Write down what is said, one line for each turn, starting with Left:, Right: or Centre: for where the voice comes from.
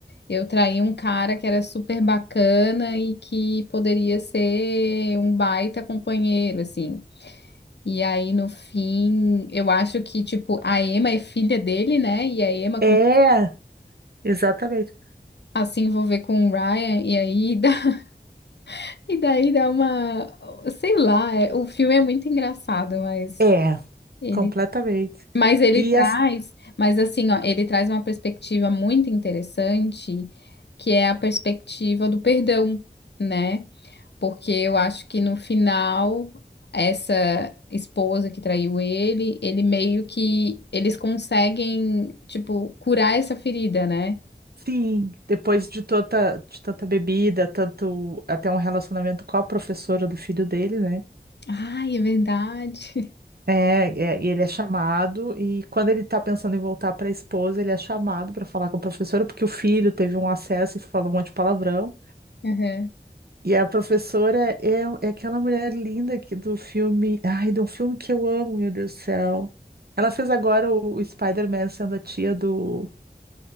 Left: eu traí um cara que era super bacana e que poderia ser um baita companheiro, assim. E aí no fim, eu acho que tipo a Emma é filha dele, né? E a Emma
Right: É,
Left: começa
Right: exatamente.
Left: a se envolver com o Ryan e aí dá, <laughs> e daí dá uma, sei lá, é- o filme é muito engraçado, mas
Right: É,
Left: ele
Right: completamente.
Left: Mas ele
Right: E
Left: traz, mas assim, ó, ele traz uma perspectiva muito interessante, que é a perspectiva do perdão, né? Porque eu acho que no final essa esposa que traiu ele, ele meio que eles conseguem, tipo, curar essa ferida, né?
Right: Sim, depois de tanta, de tanta bebida, tanto até um relacionamento com a professora do filho dele, né?
Left: Ai, é verdade.
Right: É, é, e ele é chamado, e quando ele tá pensando em voltar para a esposa, ele é chamado para falar com a professora, porque o filho teve um acesso e falou um monte de palavrão.
Left: <laughs> Aham.
Right: E a professora é, é aquela mulher linda que do filme. Ai, de um filme que eu amo, meu Deus do céu. Ela fez agora o, o Spider-Man sendo a tia do.